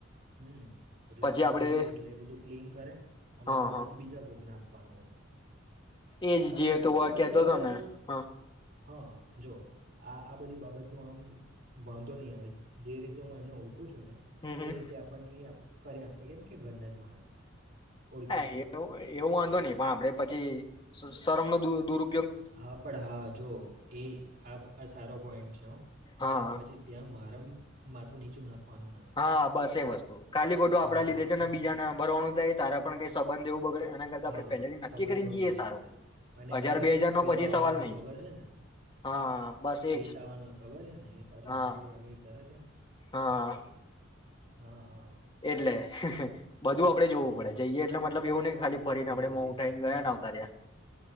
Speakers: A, on the right; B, on the left.
A: હમ એટલે
B: પછી
A: આપણેે
B: આપડે
A: જ જઈએ એટલે બધું ક્લીન કરે. અને
B: હા
A: આપણા પછી બીજા કોકને આપવાનું હોય.
B: એ જ
A: પણ
B: જે
A: આમ
B: તો
A: આ બધી
B: કેતો
A: બાબતની
B: હતો ને હા
A: હા જો આ આ બધી બાબત નું આમ વાંધો નહીં આવે જે રીતે હું એમને ઓળ ને
B: હમ હમ
A: એ રીતે આપણ કરી આપશે કેમ કે ઘરના જ માણસ છે. ઓળખીતા
B: હા એવું-એવું
A: છે
B: વાંધો નહી, પણ આપડે પછી સ સરમને દૂર-દૂરઉ
A: હા પણ હા જો એ આ-આ સારો પોઈન્ટ છે હો,
B: હા
A: કે પછી ત્યાં મારમ માથું નીચું ના નાખવાનું થાય
B: હા બસ એવ જ. ખાલી ખોટું છે ને
A: હા
B: આપડા લીધે છે બીજાને હાંભળવાનું થાય તારા પણ કઈ સંબંધ એવું બગડે એના કરતા
A: હા
B: આપડે પહેલેથી નક્કી
A: સંબંધ
B: કરીને
A: બગડી
B: જઈએ
A: શકે
B: સારું
A: છે, અને એમાંય
B: હજાર બે હજાર
A: પીલો
B: નો પછી
A: આવવાનો
B: સવાલ
A: જ
B: નહી
A: ખબર છે ને,
B: હા બસ
A: હિત
B: એજ
A: આવવાનો જ ખબર છે ને? એ પાછો
B: હા
A: નાગાઈ વાગાઈ કરે તે
B: હા
A: હા, હા.
B: એટલે બધું આપડે જોવું
A: હમ
B: પડે જઈએ એટલે મતલબ એવું નહી કે ખાલી ફરીને
A: ભાઈ
B: આપડે
A: બધી
B: મો ઉઠાઈને
A: સાઈડથી જોવું
B: <unintelligible> આવતા
A: પડે
B: રહ્યા.